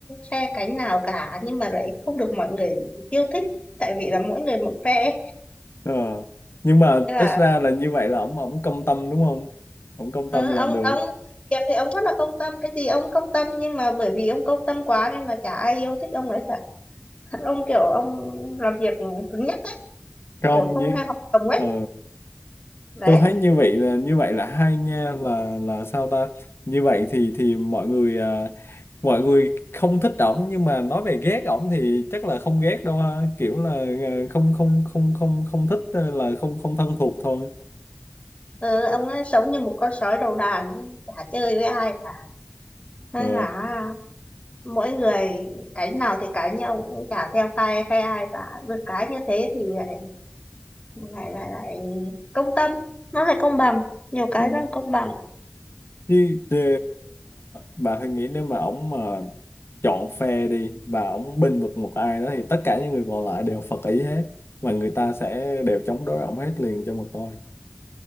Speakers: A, on the left (about 30°); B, on the left (about 80°).
A: phe cánh nào cả nhưng mà lại không được mọi người yêu thích tại vì là mỗi người một phe
B: Ờ. Nhưng mà
A: Thế là
B: ít ra là như vậy là ổng ổng công tâm đúng không? Ổng công
A: ờ,
B: tâm
A: ông
B: là được.
A: ông việc thì ông rất là công tâm cái gì ông công tâm nhưng mà bởi vì ông công tâm quá nên là chả ai yêu thích ông ấy cả ông kiểu ông làm việc cứng nhắc ấy,
B: Không
A: kiểu không
B: như
A: hay hoạt động ấy
B: ờ
A: đấy
B: tôi thấy như vậy là như vậy là hay nha là là sao ta? Như vậy thì thì mọi người à, mọi người không thích ổng nhưng mà nói về ghét ổng thì chắc là không ghét đâu ha, kiểu là à, không không không không không thích ờ, là không không thân thuộc thôi.
A: ừ, ông ấy sống như một con sói đầu đàn ấy, chả chơi với ai cả nên
B: Ờ.
A: là mỗi người cánh nào thì cánh nhưng ông cũng chả theo phe phe ai cả được cái như thế thì lại lại lại, lại công tâm nó lại công bằng nhiều cái
B: Ừ.
A: đang công bằng
B: Như ờ, bà thử nghĩ nếu mà ổng mà chọn phe đi và ổng bênh vực một ai đó thì tất cả những người còn lại đều phật ý hết và người ta sẽ đều chống đối ổng hết liền cho mà coi.